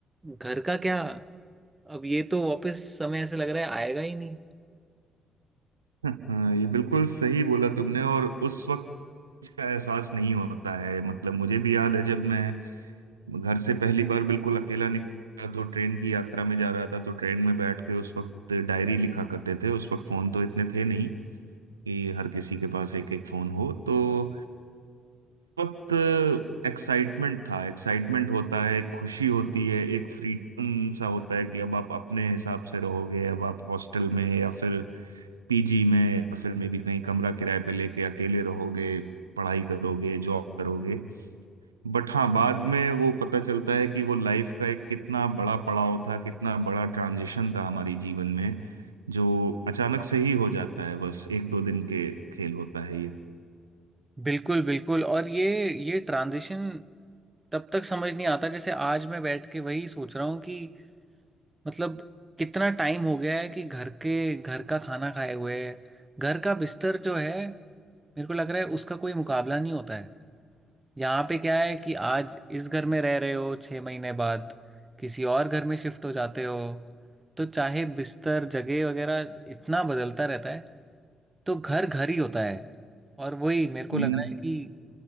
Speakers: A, on the right; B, on the right.
A: घर का क्या अब ये तो वापस समय ऐसे लग रहा है आएगा ही नहीं
B: <laughs> हाँ ये बिल्कुल सही बोला तुमने और उस वक्त इसका एहसास नहीं होता है मतलब मुझे भी याद है जब मैं घर से पहली बार बिल्कुल अकेला निकला तो ट्रेन की यात्रा में जा रहा था तो ट्रेन में बैठ के उस वक्त डायरी लिखा करते थे उस वक्त फोन तो इतने थे नहीं कि हर किसी के पास एक एक फोन हो तो वक्त एक्साइटमेंट था एक्साइटमेंट होता है एक खुशी होती है एक फ्रीडम सा होता है कि अब आप अपने हिसाब से रहोगे अब आप हॉस्टल में या फिर पीजी में या फिर मे भी कहीं कमरा किराए पे लेके अकेले रहोगे पढ़ाई करोगे जॉब करोगे बट हाँ बाद में वो पता चलता है कि वो लाइफ का एक कितना बड़ा पड़ाव था कितना बड़ा ट्रांजिशन था हमारी जीवन में जो अचानक से ही हो जाता है बस एक दो दिन के खेल होता है ये।
A: बिल्कुल बिल्कुल और ये ये ट्रांजिशन तब तक समझ नहीं आता जैसे आज मैं बैठ के वही सोच रहा हूँ कि मतलब कितना टाइम हो गया है कि घर के घर का खाना खाए हुए घर का बिस्तर जो है मेरे को लग रहा है उसका कोई मुकाबला नहीं होता है यहाँ पे क्या है कि आज इस घर में रह रहे हो छः महीने बाद किसी और घर में शिफ्ट हो जाते हो तो चाहे बिस्तर जगह वगैरह इतना बदलता रहता है तो घर घर ही होता है और वही मेरे को
B: हम्म,
A: लग रहा है कि